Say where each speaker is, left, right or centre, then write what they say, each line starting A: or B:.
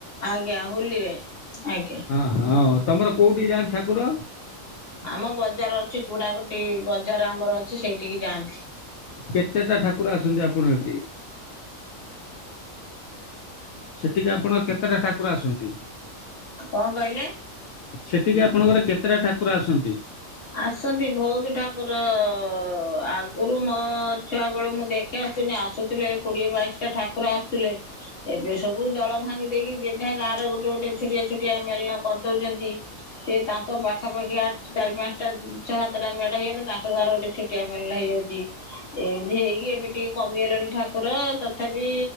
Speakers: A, on the left; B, on the left.
A: ଆଜ୍ଞା, ହୋଲିରେ। ଆଜ୍ଞା
B: ହଁ, ହଁ, ତମର କୋଉଠି ଯାଆନ୍ତି, ଠାକୁର?
A: ଆମ ବଜାର ଅଛି, ତୁଡା ଗୋଟି ବଜାର ଆମର ଅଛି, ସେଇଠିକି ଯାଆନ୍ତି।
B: କେତେଟା ଠାକୁର ଆସନ୍ତି, ଆପଣଙ୍କ ଏଠି? ସେଠିକି ଆପଣ କେତେଟା ଠାକୁର ଆସନ୍ତି?
A: କଣ କହିଲେ?
B: ସେଠିକି ଆପଣଙ୍କର କେତେଟା ଠାକୁର ଆସନ୍ତି?
A: ଆସନ୍ତି ଭଉତୁ ଠାକୁର-ଅ-ଅ-ଅ, ଆଗରୁ ମୋ ଛୁଆ ବେଳୁ ମୁଁ ଦେଖ ଦେଖ ଆସୁନି, ଆସୁଥିଲେ କୋଡିଏ, ବାଇଶି ଟା ଠାକୁର ଆସୁଥିଲେ। ଏବେ ସବୁ ଦଳ ଭାଙ୍ଗି ଦେଇକି, ଯେ ଯାହା ଗାଁର ଗୋଟେ ଗୋଟେ ଛୋଟିଆ ଛୋଟିଆ ମେଲନ କରିଦଉଛନ୍ତି। ସେ ତା ତାଙ୍କ ପାଖାପାଖି ଆ ଚାରି, ପାଞ୍ଚଟା, ଛଅ, ସାତଟା ମେଢ଼ ହେଇଗଲେ, ତାଙ୍କ ଗାଁର ଗୋଟେ ଛୁଟିଆ ମେଳନ ହେଇଯାଉଛି। ଏମିତି ହେଇକି ଏବେ ଟିକେ କମିଗଲେଣି ଠାକୁର, ତଥାପି